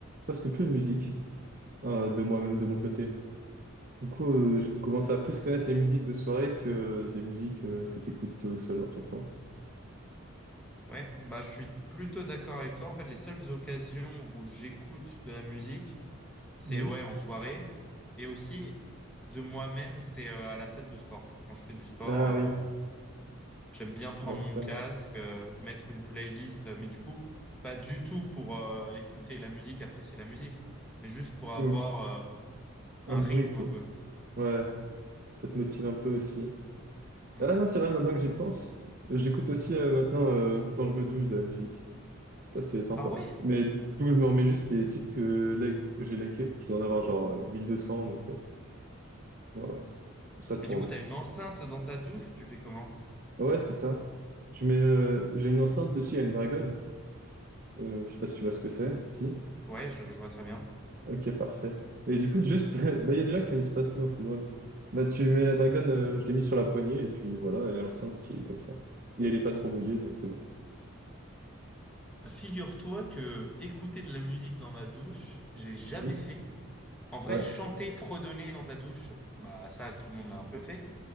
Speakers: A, on the right (about 40°); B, in the centre.
A: presque plus de musique euh, de moi-même, de mon côté. Du coup, euh, je commence à plus connaître les musiques de soirée que des musiques euh, que t'écoutes tout seul dans ton coin.
B: Ouais, bah, je suis plutôt d'accord avec toi. En fait, les seules occasions où j'écoute de la musique, c'est
A: Mhm.
B: ouais, en soirée. Et aussi, de moi-même, c'est euh, à la salle de sport. Quand je fais du sport,
A: Ah oui,
B: euh, j'aime bien prendre
A: Ouais, c'est
B: mon
A: pas
B: casque,
A: mal.
B: euh, mettre une playlist. euh, Mais du coup, pas du tout pour euh, écouter la musique, apprécier la musique, mais juste pour avoir
A: Mhm.
B: euh, un
A: Un bruit,
B: rythme
A: quoi.
B: un peu.
A: Ouais, ça te motive un peu aussi.
B: Mm.
A: Ah non, c'est vrai, maintenant que j'y pense, j'écoute aussi euh, maintenant euh, quand je me douche de la musique. Ça, c'est sympa.
B: Ah ouais?
A: Mais du coup, je me remets juste les titres que, like- que j'ai likés. Je dois en avoir genre euh, mille deux cents donc euh, voilà, ça tourne.
B: Mais du coup, t'as une enceinte dans ta douche, tu fais comment?
A: Ouais, c'est ça. Je mets, euh, j'ai une enceinte dessus, il y a une Dragon. Euh, je sais pas si tu vois ce que c'est. Si?
B: Ouais, je je vois très bien.
A: Ok, parfait. Et du coup, juste, <laughs> bah, il y a déjà qui a un espace mot, c'est drôle. Bah, tu mets la Dragon, euh, je l'ai mis sur la poignée, et puis voilà, elle est enceinte qui est comme ça. Et elle est pas trop mouillée, donc c'est bon.
B: Figure-toi que écouter de la musique dans ma douche, j'ai jamais
A: Hmm
B: fait. En vrai,
A: Ouais,
B: chanter, fredonner dans ta douche, bah ça, tout le monde l'a un peu fait.